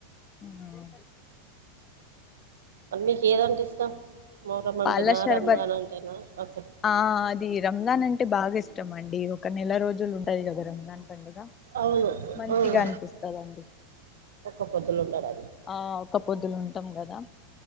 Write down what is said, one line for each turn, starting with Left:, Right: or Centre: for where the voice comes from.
Left: అవు
Right: మ మీకి ఏదంటే ఇష్టం మోరం అంటేనా
Left: పాల షర్బత్
Right: రంజాన్ అంటేనా అస్
Left: ఆ అది రంజాన్ అంటే బాగా ఇష్టం అండి ఒక నెల రోజులుంట టాది కదా రందాన్ పండుగ
Right: అవును
Left: మంచిగా
Right: అవును
Left: అనిపిస్తుందండి
Right: ఒక్క పొద్దులు ఉంటారా
Left: ఆ ఒక పొద్దులు ఉంటాం కదా